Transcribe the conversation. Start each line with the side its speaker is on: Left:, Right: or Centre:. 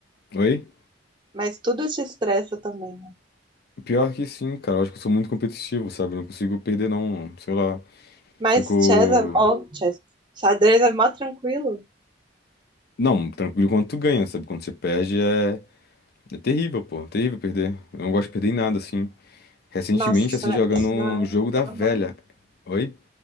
Left: Oi?
Right: Mas tudo te estressa também. né?
Left: Pior que sim, cara. Eu acho que eu sou muito competitivo, sabe? Eu Não consigo perder, não. Sei lá.
Right: Mas
Left: Fico.
Right: chess é, ó, chess, xadrez é mó tranquilo.
Left: Não, tranquilo quando tu ganha, sabe? Quando você perde é. É terrível, pô. Terrível perder. Eu não gosto de perder em nada, assim. Recentemente,
Right: Nossa, isso,
Left: assim,
Right: é-
Left: jogando
Right: isso
Left: um
Right: não é
Left: jogo da velha.
Right: normal. não.
Left: Oi?